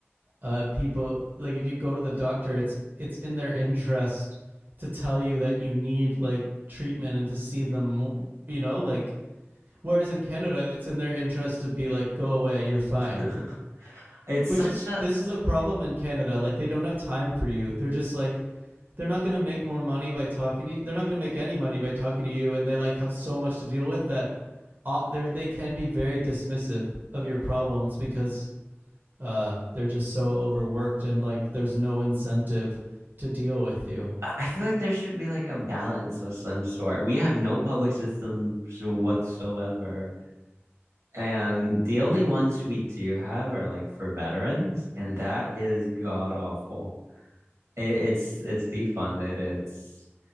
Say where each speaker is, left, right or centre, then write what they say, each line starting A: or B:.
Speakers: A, on the right; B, on the right.
A: uh, people, like, if you go to the doctor, it's it's in their interest to tell you that you need like treatment and to see them more, you know, like. Whereas in Canada, it's in their interest to be like, go away, you're fine.
B: <laughs> it's
A: Which
B: such
A: is
B: a
A: this is a problem in Canada. Like they don't have time for you. They're just like they're not going to make more money by talking to you. They're not going to make any money by talking to you and they like have so much to deal with that uh, they they can be very dismissive of your problems because uh, they're just so overworked and like there's no incentive to deal with you.
B: I I feel like there should be like a balance of some sort. We have no public systems whatsoever. And the only ones we do have are like for veterans, and that is god awful. It, it's it's defunded, it's